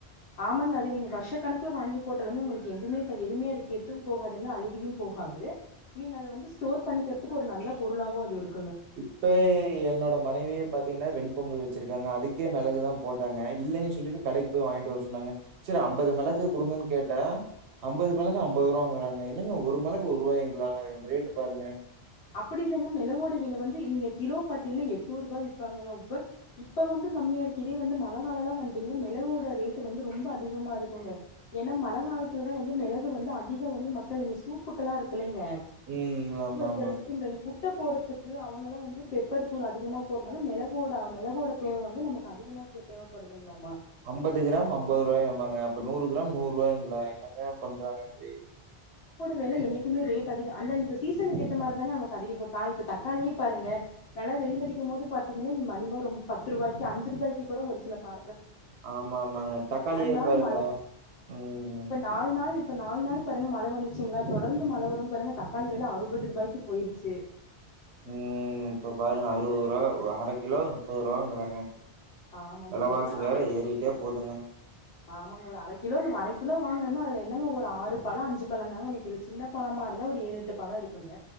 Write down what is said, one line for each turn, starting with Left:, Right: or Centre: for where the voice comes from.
Left: ஆமாங்க அது நீங்க வருஷ கணக்குல வாங்கி போட்டாலுமே உங்களுக்கு எதுவுமே த எதுவுமே அது கெட்டும் போகாதுங்க அழிவியும் போகாது நீங்க அத வந்து ஸ்டோர் பண்ணிக்கிறதுக்கு ஒரு நல்ல பொருளாவு அது இருக்
Right: இப்ப என்னோட மனைவியே பாத்தீங்கன்னா வெண்பொங்கல் வ ச்சிருக்காங்க அதுக்கே மெளகுதா போட்டாங்க இல்லைன்னு சொல்லிட்டு கடைக்கு போய் வாங்கிட்டு வர சொன்னாங்க சரி அம்பது மெளகு குடுங்கன்னு கேட்ட அம்பது மெளகு அம்பது ரூவாங்கறாங்க என்னங்க ஒரு மெளகு ஒரு ரூவாய்ங்களா ரேட்டு பாருங்க
Left: அப்படி இல்லங்க மெளகோட வில வந்து நீங்க கிலோ பாத்தீங்கன்னா எட்நூரூபா விப்பாங்கங்க உப்ப இப்ப வந்து கம்மியா இருக்கு இதே வந்து மழ காலொல்லா வந்துட்டீங்கன்னா மெளகோட ரேட் வந்து ரொம்ப அதிகமா இருக்குங்க ஏன்னா மழ காலத்துலதா வந்து மெளகு வந்து அதிகம் வந்து மக்கள் இந்த சூப்புக்கெல்லா இருக்குல்லைங்க
Right: உம் ஆமாம்
Left: க்கிறத்துக்கு இந்த இ குட்டப் போறதுக்கு அவங்களா வந்து பெப்பர் தூள் அதிகமாக போறனால மெளகோட மெளகோட தேவ வந்து நமக்கு அதிகமா க தேவப்படுதுங்களாமா
Right: அம்பது கிராம் அம்பது ரூவாயாமாங்க அப்ப நூறு கிராம் நூரூவாய்ங்களா எ ன்னங்க பண்றாங்க இப்டி
Left: வேல என்னைக்குமே ரேட் அதிக அந்த அந்த சீசனுக்கேத்த மாரிதாங்க நமக்கு அதிக இப்ப காய் இப்ப தக்காளியு பாருங்க நல்லா வெயில் அடிக்கும்போது பாத்திங்கன்னா இ மலிவா ரொம் பத்து ரூவாய்கு அஞ்சு ரூபாய்க்கு கூட ஒரு சில கா
Right: ஆமா ஆமாங்க தக்காளிய
Left: நாள்
Right: பாருங்க
Left: மழ
Right: உம்
Left: இப்ப நாலு நாள் இப்ப நால் நாள் பாருங்க மழ வந்துச்சுங்களா தொடர்ந்து மழ வரும் பாருங்க தக்காளி வெல அறுபது ரூபாய்க்கு போயிருச்சு
Right: உம் இப்ப பாருங்க அறுவரூவா ஒ அர கிலோ நுப்பரூவாங்கறாங்க
Left: ஆமாங்க
Right: வெலவாசி
Left: இதெல்லா
Right: வேற
Left: அரை
Right: ஏறிட்டே போதுங்க
Left: ஆமாங்க ஒரு அர கிலோ நம்ம அர கிலோ வாங்குனோம்னா அதுல என்னங்க ஒரு ஆறு பழம் அஞ்சு பழந்தாங்க நிக்குது சின்ன பழமா இருந்தா ஒரு ஏழெட்டு பழம் இருக்குங்க